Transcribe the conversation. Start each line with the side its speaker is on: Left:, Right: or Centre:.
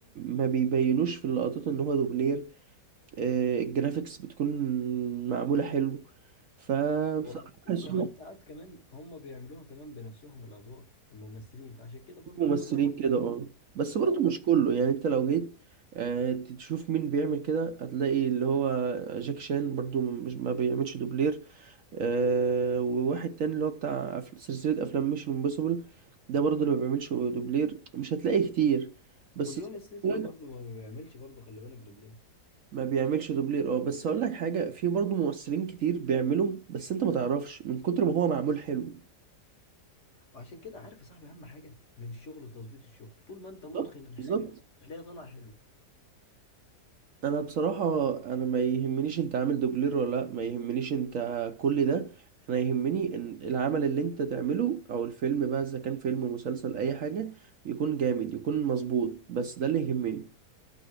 Right: ما بيبينوش في اللقطات ان هو دوبلير آه، الجرافيكس بتكون معمولة حلو فبصراحة
Left: والله وكمان
Right: بحسهم
Left: ساعات كمان هم بيعملوها كمان بنفسهم الادوار الممثلين فعشان كده برضو
Right: ممثلين
Left: بتطلع برضو
Right: كده
Left: ايه
Right: اه بس برضه
Left: اه
Right: مش كله يعني انت لو جيت آه، تشوف مين بيعمل كده هتلاقي اللي هو جاك شان برضو مش ما بيعملش دوبلير آه، وواحد تاني اللي هو بتاع أف- سلسلة أفلام ميشن امبوسيبل ده برضو اللي ما بيعملش دوبلير مش هتلاقي كتير بس
Left: وجون
Right: زي
Left: ستيثم
Right: ما قلت
Left: برضو
Right: لك
Left: ما بيعملش برضو خلي بالك دوبلين
Right: ما بيعملش دوبلير اه بس هقول لك حاجة في برضو ممثلين كتير بيعملهم بس انت ما تعرفش من كتر ما هو معمول حلو
Left: وعشان كده عارف يا صاحبي اهم حاجه من الشغل وتظبيط الشغل طول ما انت متقن
Right: بالظبط
Left: الحاجه
Right: بالظبط
Left: هتلاقيها طالعه حلو
Right: انا بصراحة انا ما يهمنيش انت عامل دوبلير ولا لا ما يهمنيش انت كل ده انا يهمني ان العمل اللي انت تعمله او الفيلم بقى اذا كان فيلم مسلسل اي حاجة يكون جامد يكون مظبوط بس ده اللي يهمني